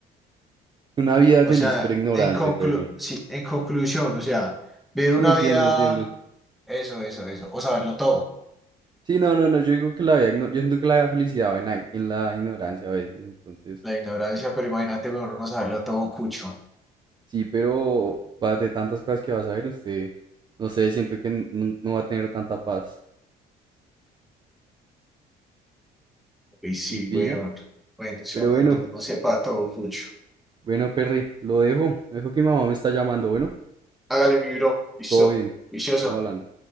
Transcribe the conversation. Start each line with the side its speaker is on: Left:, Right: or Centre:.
Right: Una vida
Centre: O
Right: feliz
Centre: sea,
Right: pero ignorante,
Centre: en conclu-
Right: Perry.
Centre: sí, en conclusión, o sea, vivir
Right: Sí,
Centre: una
Right: entiendo,
Centre: vida,
Right: entiendo.
Centre: eso, eso, eso, o saberlo todo.
Right: Sí, no, no, no. Yo digo que la vida, igno- yo siento que la vida felicidad va en la, en la ignorancia a veces. Entonces,
Centre: La ignorancia, pero imagínate, bueno, no saberlo todo cucho.
Right: sí, pero va de tantas cosas que vas a ver usted. No sé, siento que n- n- no va a tener tanta paz.
Centre: Y sí,
Right: Sí, pilla.
Centre: weón. Bueno, eso
Right: Pero bueno,
Centre: donde uno sepa todo cucho.
Right: bueno, Perry, lo dejo. Lo dejo que mi mamá me está llamando. Bueno,
Centre: Hágale mi bro, listo,
Right: todo bien.
Centre: vicioso.
Right: Estamos hablando.